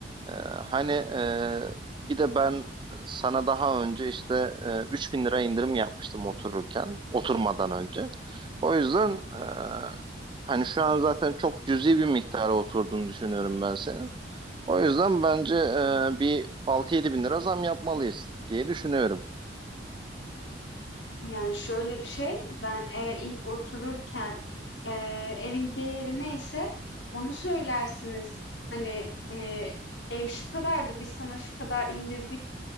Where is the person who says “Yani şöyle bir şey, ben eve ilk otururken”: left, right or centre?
Left